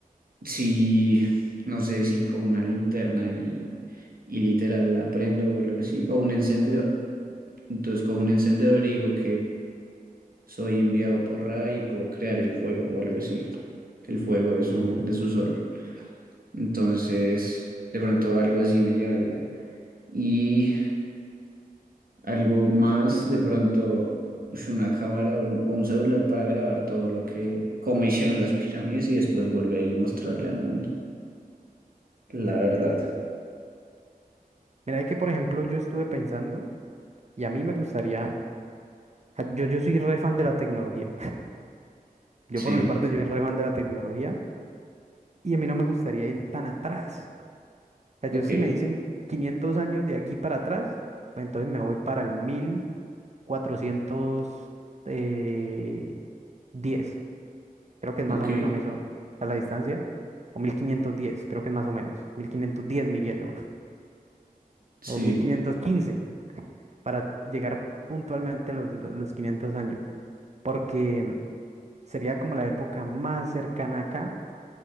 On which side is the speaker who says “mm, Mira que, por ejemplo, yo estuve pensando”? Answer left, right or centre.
Right